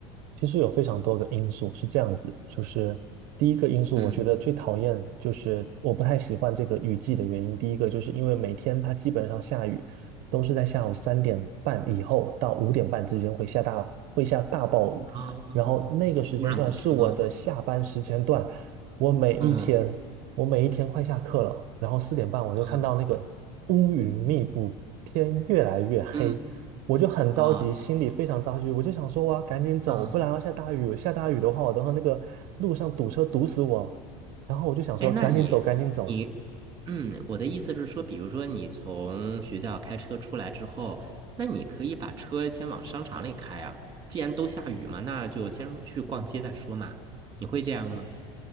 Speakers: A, on the right; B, on the right.
A: 其实有非常多个因素是这样子，就是第一个因素，
B: 嗯
A: 我觉得最讨厌就是我不太喜欢这个雨季的原因。第一个就是因为每天它基本上下雨都是在下午三点半以后到五点半之间会下大会下大暴雨，
B: 啊，
A: 然后那个时间段是我的下班时间段，
B: 路上堵车。
A: 我每一天我每一天快下课了，
B: 嗯
A: 然后四点半我就看到那个乌云密布，
B: 嗯
A: 天越来越黑，
B: 嗯
A: 我就很着急，
B: 啊，
A: 心里非常着急，我就想说我要赶紧走，
B: 嗯，
A: 不然要下大雨，下大雨的话，我等会那个路上堵车堵死我。然后我就想说赶紧走，
B: 哎，那你你，
A: 赶紧走，
B: 嗯，我的意思是说，比如说你从学校开车出来之后，那你可以把车先往商场里开啊。既然都下雨嘛，那就先去逛街再说嘛。你会这样吗？